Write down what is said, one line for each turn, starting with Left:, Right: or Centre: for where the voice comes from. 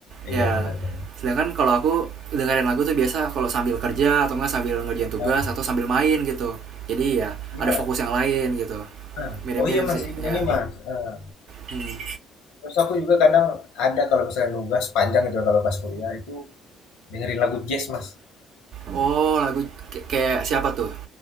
Left: Iya
Right: ya
Left: benar benar.
Right: sedangkan kalau aku dengerin lagu tuh biasa kalau sambil kerja atau nggak sambil ngerjain tugas
Left: Ah,
Right: atau sambil main gitu jadi ya
Left: iya.
Right: ada fokus yang lain gitu
Left: Ah,
Right: mirip-mirip
Left: oh iya Mas
Right: sih
Left: juga
Right: ya
Left: nih Mas. Ah,
Right: Hmm.
Left: terus aku juga kadang ada kalau misalnya nugas panjang gitu kalau pas kuliah itu dengerin lagu jazz Mas.
Right: oh lagu kayak- kayak siapa tuh